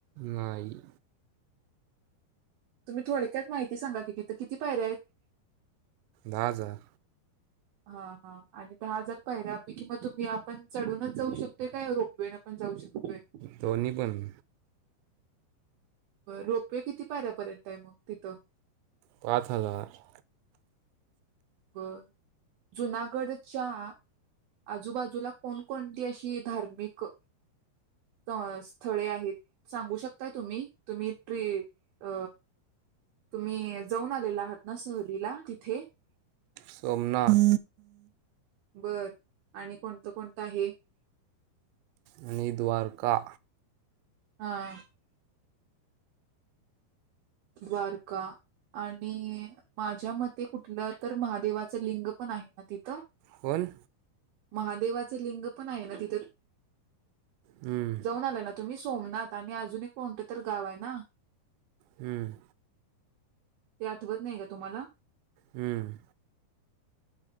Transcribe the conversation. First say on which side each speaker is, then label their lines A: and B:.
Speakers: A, on the right (about 80°); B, on the right (about 65°).
A: नाही.
B: तुम्ही थोडक्यात माहित सांगा कि तिथं किती पायऱ्या आहेत?
A: दहा हजार.
B: हा हा आणि दहा हजार पायऱ्यापैकी मग तुम्ही आपण चढूनच जाऊ शक तोय काय रोपवेनं पण जाऊ शकतोय?
A: दोन्ही पण
B: रोपवे किती पायऱ्यापर्यंत आहे मग तिथं?
A: पाच हजार.
B: बर जुनागडच्या आजूबाजूला कोणकोणती अशी धार्मिक अ स्थळे आहेत सांगू शकताय तुम्ही? तुम्ही ट्री अ तुम्ही जाऊन आलेला आहात? न सहलीला तिथे.
A: सोमनाथ.
B: बरं आणि कोणतं कोणतं आहे?
A: आणि द्वारका.
B: हा. द्वारका आणि माझ्या मते कुठलं तर महादेवाचं लिंग पण आहे ना तिथं?
A: कोण?
B: महादेवाचे लिंग पण आहे ना तिथं?
A: हम्म.
B: जाऊन आला ना तुम्ही सोमनाथ आणि अजून एक कोणतं तर गाव आहे ना?
A: हम्म.
B: ते आठवत नाही का तुम्हाला?
A: हम्म.